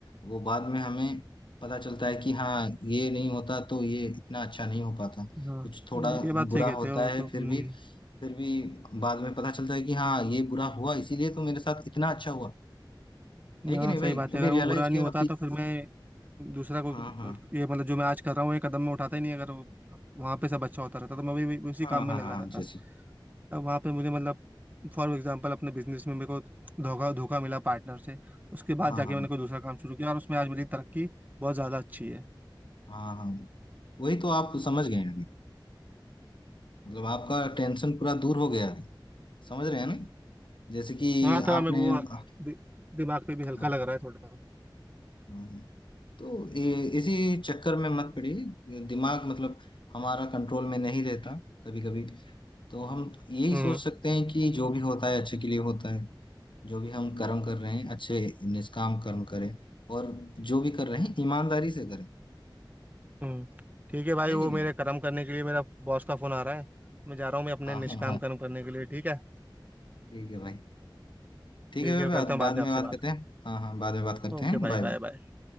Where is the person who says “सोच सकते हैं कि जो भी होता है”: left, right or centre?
Left